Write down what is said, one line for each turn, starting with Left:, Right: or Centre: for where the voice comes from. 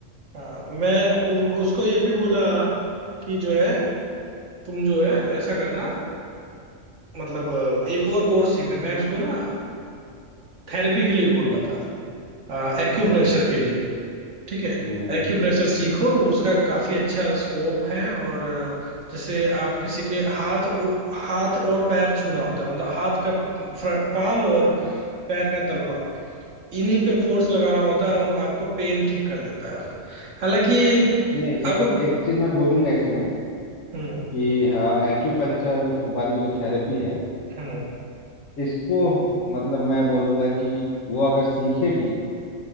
Right: हाँ मैं उनको उसको ये भी बोला कि जो है तुम जो है ऐसा करना मतलब अ, एक और कोर्स सीखने मैं उसको ना थेरेपी के लिए भी बोल रहा था एक्यूप्रेशर
Left: अच्छा अच्छा
Right: के लिए ठीक है
Left: हम्म
Right: एक्यूप्रेशर सीखो वो उसका काफी अच्छा स्कोप है और अ, जैसे आप किसी के हाथ ओ- हाथ और पैर छूना होता है मतलब हाथ का पाम और पैर का तलवा इन्हीं पे फोर्स
Left: हाँ।
Right: लगाना होता है और आपका पेन ठीक कर देता है हालांकि
Left: नहीं
Right: अब
Left: एक एक चीज मैं बोलूंगा इसमें
Right: हम्म
Left: कि हाँ एक्यूपंक्चर वाली जो थेरेपी है
Right: हम्म
Left: इसको मतलब मैं बोलूंगा कि वो अगर सीखे भी